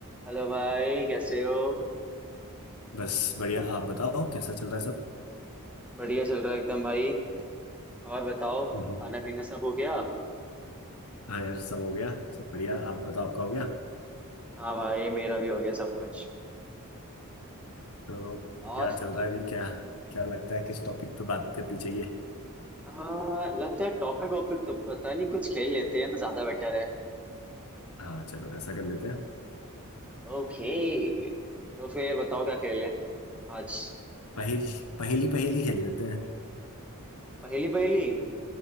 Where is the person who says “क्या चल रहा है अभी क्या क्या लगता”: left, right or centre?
Left